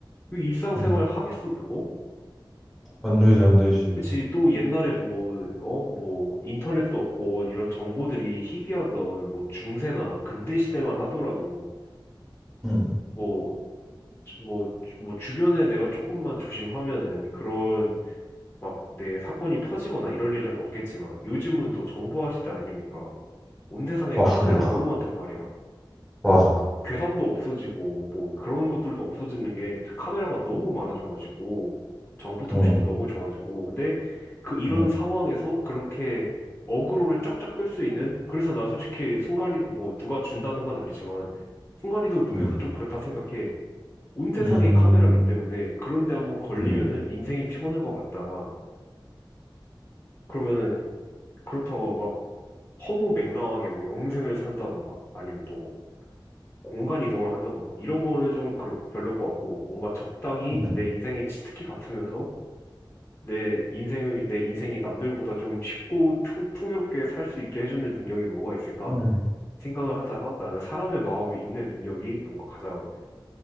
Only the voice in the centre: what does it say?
음.
안 되지, 안 되지.
음,
맞습니다.
맞아.
음,
음,
음,
음,
음,
음,
음.